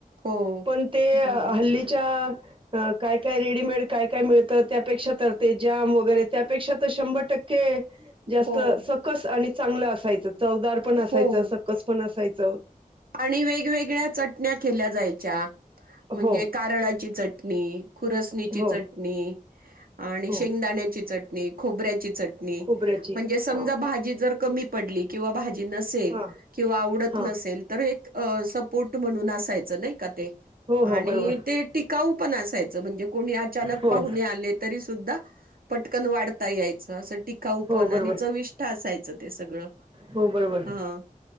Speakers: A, on the right; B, on the right.
A: हो
B: पण ते अं
A: हो
B: हल्लीच्या हं काय काय रेडीमेड, काय काय मिळतं त्यापेक्षा तर ते जाम वगैरे त्या पेक्षा तर शंभर टक्के जास्त
A: हो
B: सकस आणि चांगलं असायचं. चवदार पण असायचं,
A: हो.
B: सकस पण असायचं. चौ
A: आणि वेगवेगळ्या चटण्या केल्या जायच्या, म्हणजे
B: हो
A: कारळाची चटणी, खुरसणीची
B: हो
A: चटणी आणि
B: हो
A: शेंगदाण्याची चटणी. खोबऱ्याची चट णी
B: खोबऱ्याची
A: म्हणजे समजा
B: हा
A: भाजी जर कमी पडली, किंवा भा जली नसेल,
B: हा
A: किंवा आवडत
B: हा
A: नसेल तर एक अं सप पुट म्हणून असायचं नाही का ते?
B: हो
A: आणि
B: हो बरोबर
A: ते टिकाऊ पण असायचं, म्हणजे कोणी अचानक
B: हो
A: पाहुणे आले, तरी सुद्धा पटकन वाढता यायचं असं टिकाऊ
B: हो
A: पण
B: बरोबर
A: आणि चविष्ट्ठ असायचं ते सगळं,
B: हो बरोबर
A: हा.